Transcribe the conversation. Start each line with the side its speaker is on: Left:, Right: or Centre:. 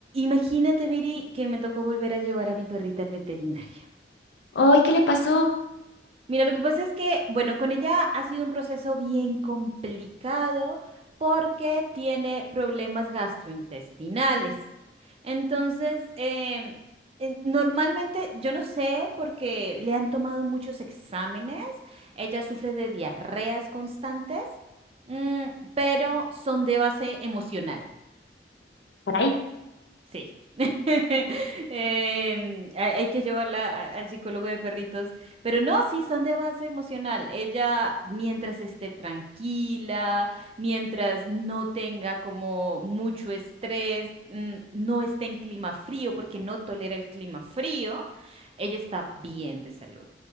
Right: Imagínate, Viri, que me tocó volver a llevar a mi perrita al veterinario.
Left: Ay, ¿qué le pasó?
Right: Mira, lo que pasa es que, bueno, con ella ha sido un proceso bien complicado porque tiene problemas gastrointestinales. Entonces, em, en- normalmente, yo no sé, porque le han tomado muchos exámenes, ella sufre de diarreas constantes, mm, pero son de base emocional.
Left: Por ahí.
Right: Sí. <laughs> Em, hay hay que llevarla a- al psicólogo de perritos, pero no, sí, son de base emocional. Ella, mientras esté tranquila, mientras no tenga como mucho estrés, mm, no esté en clima frío porque no tolera el clima frío, ella está bien de salud.